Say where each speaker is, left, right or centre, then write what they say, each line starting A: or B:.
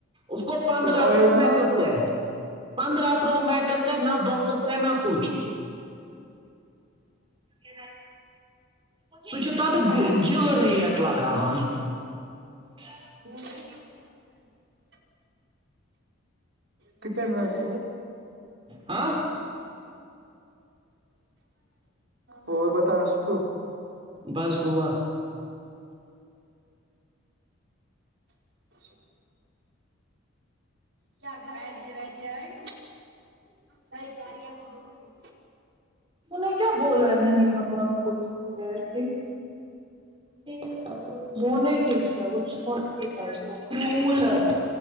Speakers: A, on the right; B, on the right.
A: اس کو پندرہ
B: تو آئے
A: پرو
B: گا
A: مکس
B: نا اس کو
A: ہے پندرہ پرو مکس ہے نہ بوکس ہے نہ کچھ کیاا سو چ تات گل ریٹ لگان نکار
B: ب کتنے منٹ سے
A: ہاں
B: اور بتا سو
A: بس دعا
B: س کیا گھر ایسے ویسے آئے بائی چاری آ پھر دو بجے
A: انہ کیا بوول نا پو یک س مون وہ چھوٹ اس کرول ہے وہ